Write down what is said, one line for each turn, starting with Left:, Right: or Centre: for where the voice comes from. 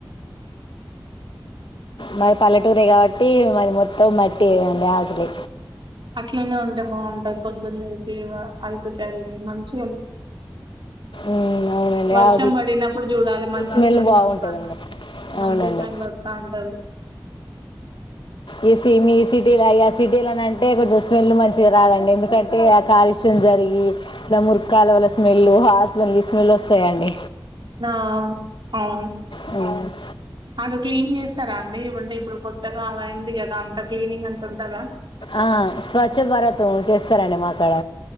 Left: మరి పల్లెటూరే కాబట్టి మాది మొత్తం మట్టి ఆకెలి
Right: అట్లనే ఉంటే బాగుంటాది పొద్దున్ లేసి అలుకు చాలడం తాంది మనుసు
Left: ఉమ్ అవునండి
Right: వర్షం
Left: ఆ
Right: బడినప్పుడు జూడాలి మంచి
Left: స్మెల్ బాగుంటదండి
Right: ఒస్తాంది. మంచి
Left: అవునండి
Right: స్మెల్ ఒస్తా ఉంటది.
Left: ఈ సీ మీసిటీ లాగా సిటీలనె అంటే కొంచం స్మెన్లు మంచి చిగరాదండి కంటే కాలుష్యం జరిగి ఇలా మురుక్ క్ కాలువల స్మెల్ హాస్మెల్ ఈ స్మెల్ వస్తాయండి
Right: నా అవున్
Left: ప
Right: అదో క్లీన్ చేస్తార అండి ఇవి ఉంటాయ్ ఇప్పుడు కొత్తగా అయింది కదా అంత క్లీనింగ్ అంత ట్టుంట దా
Left: ఆ స్వచ్ఛ భారత్ చేస్తారంండి మా కాడ